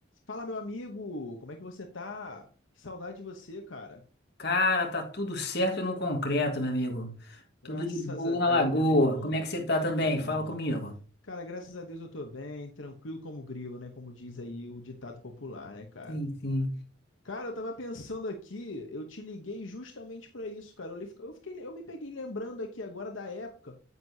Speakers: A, on the left; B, on the left.
A: Fala, meu amigo! Como é que você tá? Que saudade de você, cara.
B: Cara, tá tudo certo no concreto, meu amigo. Tudo
A: Graças
B: de boa
A: a Deus,
B: na lagoa.
A: meu irmão.
B: Como é que você tá
A: Que
B: também?
A: bom.
B: Fala comigo.
A: Cara, graças a Deus eu tô bem, tranquilo como grilo, né? Como diz aí o ditado popular, né, cara?
B: Sim, sim.
A: Cara, eu tava pensando aqui, eu te liguei justamente pra isso, cara. Eu, li- eu fiquei, eu me peguei lembrando aqui agora da época